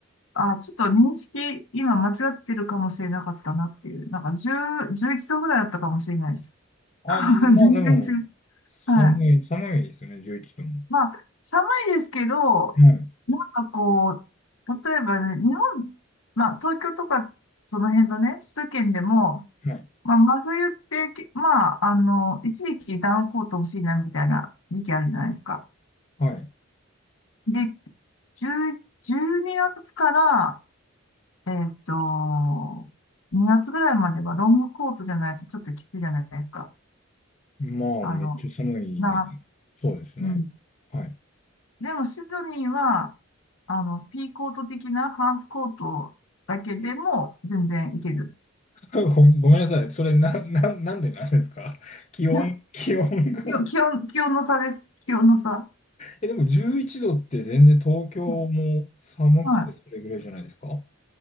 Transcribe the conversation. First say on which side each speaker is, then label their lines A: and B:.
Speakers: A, on the left; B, on the left.
A: あ、ちょっと認識、今間違ってるかもしれなかったなっていう、なんか10、1度ぐらいだったかもしれないです。
B: あ、
A: <laughs>
B: まあでも、
A: 全然違う。
B: 寒い、
A: はい。
B: 寒いですよね、11度も。
A: まあ、寒いですけど、
B: はい。
A: なんかこう、例えばね、日本、まあ、東京とか、その辺のね、首都圏でも、
B: はい。
A: まあ、真冬ってき、まあ、あの、一時期ダウンコート欲しいなみたいな時期あるじゃないですか。
B: はい。
A: で、10、12月から、えっと、2月ぐらいまではロングコートじゃないとちょっときついじゃないですか。
B: まあ、
A: あの、
B: めっちゃ寒いんで、
A: な、
B: そうですね。
A: うん。
B: はい。
A: でも、シドニーは、あの、ピーコート的なハーフコートだけでも全然いける。
B: <laughs> ごごめんなさい。それな、な、なんでなんですか <laughs> 気温、
A: <laughs>
B: 気温が
A: いや気温、気温気温の差です。気温の差。は
B: え、でも11度って全然東京も寒くてそれぐらいじゃないですかほ
A: い。私